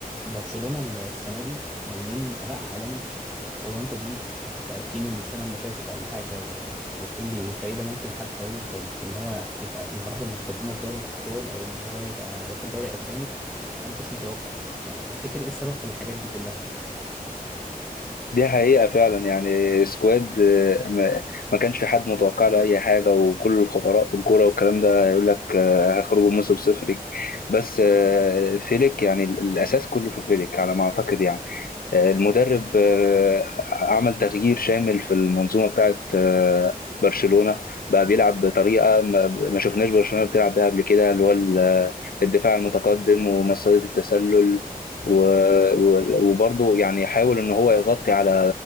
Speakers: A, in the centre; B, on the left.
A: برشلونة السنة دي عاملين أداء عالمي ولو أنت جيت سألتني من السنة اللي فاتت ولا حاجة و... وتقول لي الفريق ده ممكن حتى يوصل إن هو يبقى في المراحل المتقدمة في دوري الأبطال أو إن هو يبقى ياخد دوري أسباني أنا كنتش متوقع آه، تفتكر إيه السبب في الحاجات دي كلها يعني
B: دي حقيقة فعلا يعني سكواد آه، ما ما كانش في حد متوقع له أي حاجة وكل الخبراء في الكورة والكلام ده يقول لك آه، هيخرجوا موسم صفري بس آه، فيليك يعني ال- الأساس كله في فيليك على ما أعتقد يعني المدرب آه، عمل تغيير شامل في المنظومة بتاعت آه، برشلونة بقى بيلعب بطريقة ما ما شفناش برشلونة بتلعب بيها قبل كده اللي هو ال- الدفاع المتقدم ومصيدة التسلل و- و- وبرضه يعني يحاول ان هو يغطي على